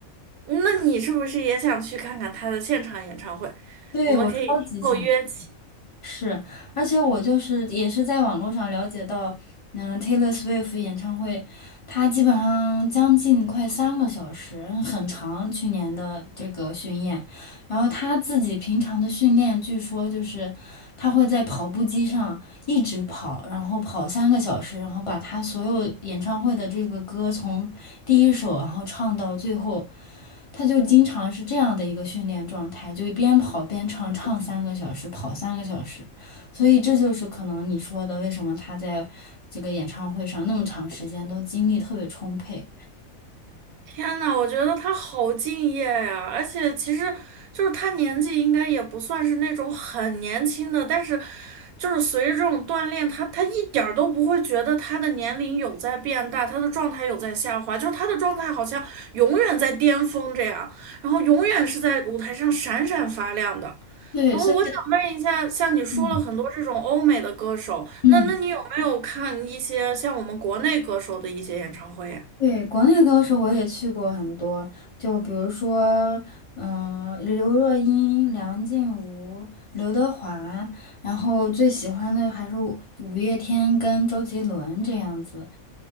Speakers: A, on the right; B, on the left.
A: 那你是不是也想去看看他的现场演唱会？
B: 对我超级想。
A: 我们可以以后约起。
B: 是，而且我就是也是在网络上了解到，嗯，Taylor Swift 演唱会，它基本上将近快三个小时，很长。去年的这个巡演，然后他自己平常的训练，据说就是他会在跑步机上一直跑，然后跑三个小时，然后把他所有演唱会的这个歌从第一首，然后唱到最后，他就经常是这样的一个训练状态，就边跑边唱，唱三个小时，跑三个小时，所以这就是可能你说的为什么他在这个演唱会上那么长时间都精力特别充沛。
A: 天呐，我觉得他好敬业呀，而且其实就是他年纪应该也不算是那种很年轻的，但是就是随着这种锻炼，他他一点儿都不会觉得他的年龄有在变大，他的状态有在下滑，就是他的状态好像永远在巅峰这样，然后永远是在舞台上闪闪发亮的。
B: 对，
A: 然后我想问一下，
B: 所以
A: 像你说了很多这种欧美的歌手，
B: 嗯嗯。
A: 那那你有没有看一些像我们国内歌手的一些演唱会呀？
B: 对，国内高手我也去过很多，就比如说，嗯、刘若英、梁静茹、刘德华，然后最喜欢的还是五五月天跟周杰伦这样子。